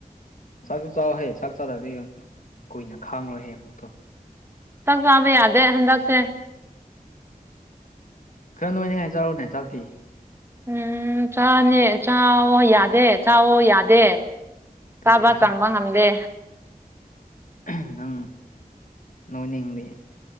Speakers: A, on the left; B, on the right.
A: ꯆꯥꯛꯁꯨ ꯆꯥꯎ ꯍꯦ ꯆꯥꯛ ꯆꯥꯗꯗꯤ ꯀꯨꯏꯅ ꯈꯥꯡꯉꯣꯏꯍꯦ ꯄꯨꯛꯇꯣ
B: ꯆꯥꯛ ꯆꯥꯕ ꯌꯥꯗꯦ ꯍꯟꯗꯛꯁꯦ
A: ꯈꯔ ꯅꯣꯏꯅꯤꯡꯉꯥꯏ ꯆꯥꯎꯅꯦ ꯆꯥꯛꯇꯤ
B: ꯎꯝ ꯆꯥꯅꯦ ꯆꯥꯑꯣ ꯌꯥꯗꯦ ꯆꯥꯋꯣ ꯌꯥꯗꯦ
A: ꯀꯩꯒꯤꯔꯥ
B: ꯆꯥꯕ ꯆꯪꯕ ꯉꯝꯗꯦ
A: ꯑꯍꯝ ꯅꯪ ꯅꯣꯏꯅꯤꯡꯉꯗꯤ